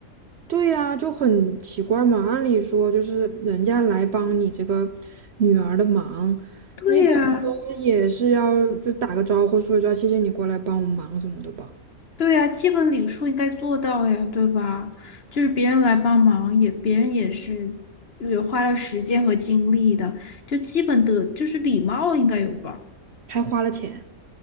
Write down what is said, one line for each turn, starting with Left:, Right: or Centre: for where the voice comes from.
Right: 对呀，就很奇怪嘛。按理说，就是人家来帮你这个女儿的忙，
Left: 对呀，
Right: 你怎么都也是要就打个招呼，说一说谢谢你过来帮我忙什么的吧，
Left: 对呀，基本礼数应该做到呀，对吧？就是别人来帮忙也，别人也是也花了时间和精力的，就基本的就是礼貌应该有吧？
Right: 还花了钱。